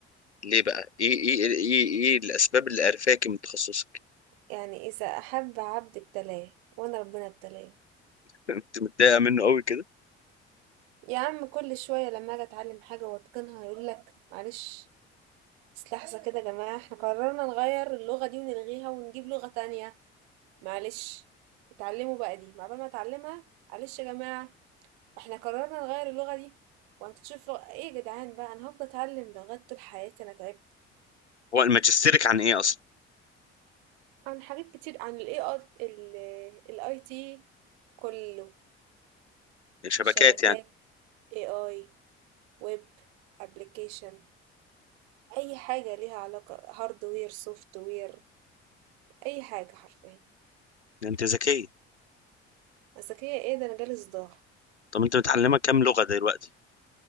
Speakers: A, on the left; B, on the right.
A: ليه بقى ايه ايه ايه ايه الاسباب اللي قرفاكي من تخصصك
B: يعني اذا احب عبد ابتلاه وانا ربنا ابتلاه
A: <laughs> انت متضايقه منه قوي كده
B: يا عم كل شويه لما اجي اتعلم حاجه واتقنها يقول لك معلش بس لحظه كده يا جماعه احنا قررنا نغير اللغه دي ونلغيها ونجيب لغه تانية معلش اتعلموا بقى دي عقبال ما اتعلمها معلش يا جماعة احنا قررنا نغير اللغة دي وهتشوف لغة ايه يا جدعان بقى انا هفضل اتعلم لغات طول حياتي انا تعبت
A: هو ماجستيرك عن ايه اصلا
B: عن حاجات كتير عن الاي ال الاي تي كله
A: يعني شبكات
B: شبكات
A: يعني
B: اي اي ويب ابلكيشن اي حاجة ليها علاقة هاردوير سوفت وير اي حاجة حرفيا
A: انت ذكيه
B: بس هي ايه ده انا جالي صداع
A: طب انت متعلمه كام لغه دلوقتي